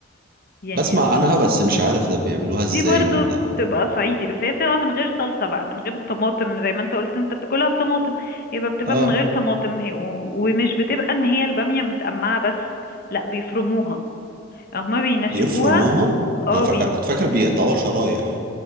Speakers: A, on the left (about 50°); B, on the right (about 50°).
A: يعني
B: بسمع عنها بس مش عارف ده بيعملوها ازاي
A: دي برضو
B: ولا
A: بتبقى صعيدي بس هي بتبقى من غير صلصة بقى من غير الطماطم زي ما انت قلت انت بتاكلها بطماطم يبقى بتبقى
B: اه
A: من غير طماطم هي و- ومش بتبقى ان هي البامية متقمعة بس لا بيفرموها هما بينشفوها
B: بيفرموها
A: اه
B: انا فاكر
A: بين...
B: كنت فاكر بيقطعوها شرايح